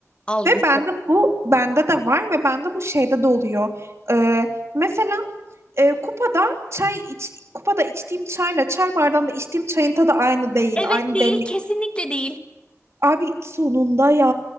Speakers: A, on the left; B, on the right.
A: Algısı.
B: Ve bende bu bende de var ve bende bu şeyde de oluyor. Ee, mesela e, kupada çay iç, kupada içtiğim çayla çay bardağında içtiğim çayın tadı aynı değil,
A: Evet
B: aynı
A: değil,
B: demlik.
A: kesinlikle değil.
B: Abi sonunda ya.